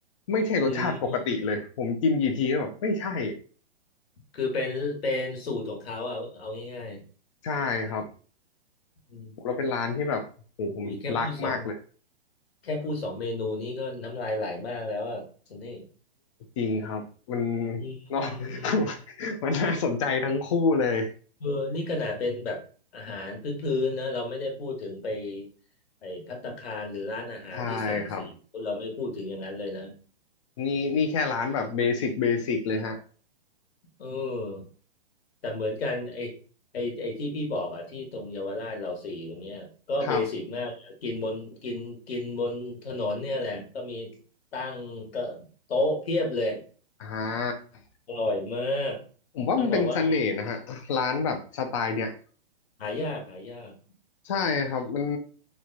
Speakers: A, on the left (about 30°); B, on the left (about 70°).
A: ไม่ใช่รสชาติปกติเลยผมกินกี่ทีก็แบบไม่ใช่
B: อืมคือเป็นเป็นสูตรของเขาเอาเอาง่าย
A: ใช่ครับ
B: ๆอืม
A: แล้วเป็นร้านที่แบบโหผมรักมากเลย
B: อีกแค่พูดสองแค่พูดสองเมนูนี้ก็น้ำลายไหลมากแล้วอ่ะซันนี่
A: จริงครับมัน <laughs>
B: อืมอืมอืม
A: เนอะ <laughs> มันน่าสนใจทั้งคู่เลย
B: เออนี่ขนาดเป็นแบบอาหารพื้นๆนะเราไม่ได้พูดถึงไปไอ้ภัตตาคารหรือร้านอาหารที่สั่งซื้อเราไม่พูดถึงอย่างนั้นเลยนะ
A: ใช่ครับนี่นี่แค่ร้านแบบเบสิกเบสิกเลยฮะ
B: เออแต่เหมือนกันไอ้ไอ้ไอ้ที่พี่บอกอ่ะที่ตรงเยาวราชเราสี่ตรงเนี้ยก็เบสิกมากกินบนกินกินบนถนนเนี่ยแหละก็มี
A: ครับ
B: ตั้งก็โต๊ะเพียบเลย
A: อ่า
B: อร่อยมาก
A: ผมว่ามันเป็นเสน่ห์นะฮะร้านแบบสไตล์เนี่ย
B: ต้องบอกว่า หายากหายาก
A: ใช่ครับมัน